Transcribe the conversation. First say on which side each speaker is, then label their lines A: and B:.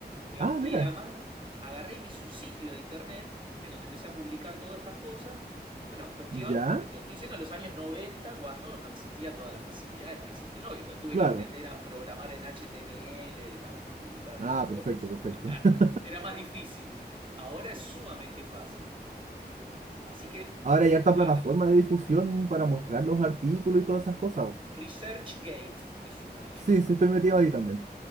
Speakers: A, on the right (about 30°); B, on the right (about 45°).
A: Digamos,
B: Ah, mira,
A: y además agarré y me hice un sitio de internet en donde empecé a publicar todas estas cosas. Bueno, cuestión,
B: ya,
A: te lo estoy diciendo en los años 90 cuando no existía todas las facilidades que existen hoy. O sea, tuve
B: claro.
A: que aprender a programar en HTML para publicar
B: Ah,
A: las <laughs> cosas.
B: perfecto, perfecto.
A: Bueno,
B: <laughs>
A: era más difícil. Ahora es sumamente fácil. Así que,
B: Ahora hay harta
A: fíjate,
B: plataforma de difusión para mostrar los artículos y todas esas cosas.
A: ResearchGate es una de ellas.
B: Sí, sí, estoy metido ahí también.